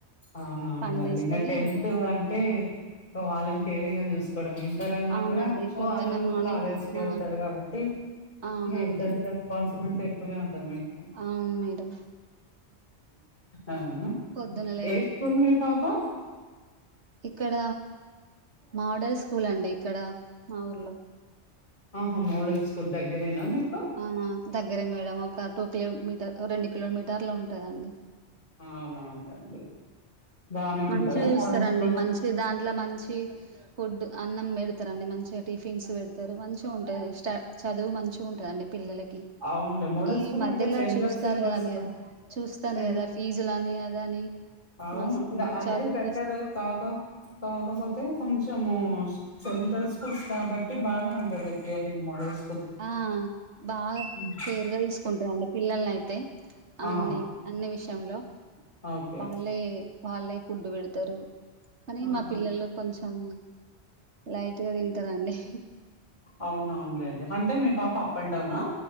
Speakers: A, on the left; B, on the right.
A: అవునవునులెండి
B: పని తీసుకొని
A: ఇంకా టెన్త్
B: ఇంట్లో
A: అంటే వాళ్ళన్ కేరింగ్ గా చూస్ ఇప్పుడు ఇంటర్ అన్నాకూడా
B: అవునండి పొద్దున్న
A: వాళ్ళు
B: మార్నింగ్
A: కాలేజ్కి
B: ఆ
A: యెళ్తారు కాబట్టి
B: అవునండి
A: ఆ ఇద్దరిది రెస్పాన్స్బులిటీ ఎక్కువనే ఉంటంది మీక్
B: ఆవున్ మేడం
A: అవునా
B: పొద్దున లె
A: ఏ స్కూల్ మీ పాపా
B: ఇక్కడ మాడల్ స్కూల్ అండి ఇక్కడ మా ఊర్లో
A: ఆహా మోడల్ స్కూల్ దగ్గరేనా మీకు
B: ఆహా దగ్గరే మేడం ఒక టూ కిలో మీటర్ ఒ రెండు కిలోమీటర్లు ఉంటదండి
A: అవునవునులెండి బానే ఉంటదా
B: మంచిగా చూస్తారండి
A: మోడల్ స్కూల్
B: మంచి దాంట్లో మంచి ఫుడ్ అన్నం పెడుతారండి మంచిగా టిఫిన్స్ పెడ్ తరు మంచిగా ఉంటది స్ట చదువు మంచిగా ఉంటదండి పిల్లల కి
A: అవునులే మోడల్
B: ఇవి
A: స్కూల్
B: మధ్యల
A: అంటే సెంట్రల్
B: చూస్తారు
A: సిలబస్
B: కదా మీరు
A: క
B: చూస్తారు
A: సెంట్
B: కదా ఫీజులని అదని
A: అవును
B: మస్తు
A: అదే
B: చదువు
A: బెటర్
B: కోసం
A: కాక కాకపోతే కొంచెము సెంట్రల్ స్కూల్స్ కాబట్టి బానే ఉంటది కేరన్ మోడోల్స్
B: ఆ బాగ
A: మ్
B: కేర్గా తీసుకుంటారండి పిల్లలని అయితే
A: ఆ
B: అన్ని అన్ని విషయంలో
A: ఓకే
B: వాళ్ళే వాళ్ళే ఫుడ్ పెడుతారు కానీ
A: ఆహా
B: మా పిల్లలు కొంచెం లైట్ గా తింటారండి
A: అవునవునులేండి అంటే మీ పాప అప్ అండ్ డౌనా